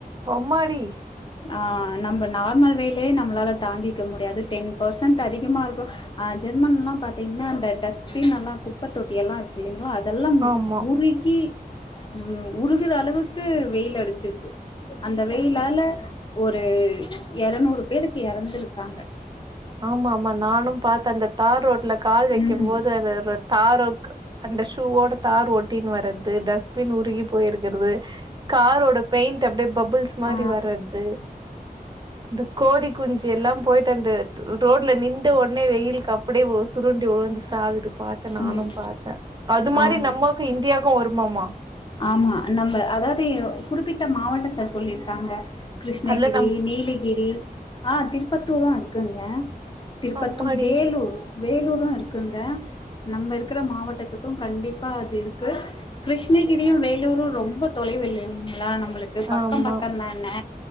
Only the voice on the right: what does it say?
ஒம்மடி
ஆமா
ஆமா ஆமா நானு பாத்த அந்த தார் ரோட்ல கால்
வைக்கு போது அது அது அது தார்ஓக்கு அந்த ஷூவோட தார் ஒட்டின்னு வர்றது டஸ்ட்பின் உருகி போயிருக்கறது காரோட பெயிண்ட் அப்டியே பபுள்ஸ் மாரி
வர்றது அந்த கோடி குஞ்சி எல்லா போயிட்டு அந்த ரோட்ல நின்டு ஒட்னே வெயிலுக்கு அப்டியே சுருண்டி உழுந்து சாகுது பாத்த நானு
பாத்த அது மாரி
நம்மக்கு இந்தியாக்கு வருமாமா
அதுல நம்
அம்மாடி!
ஆமா.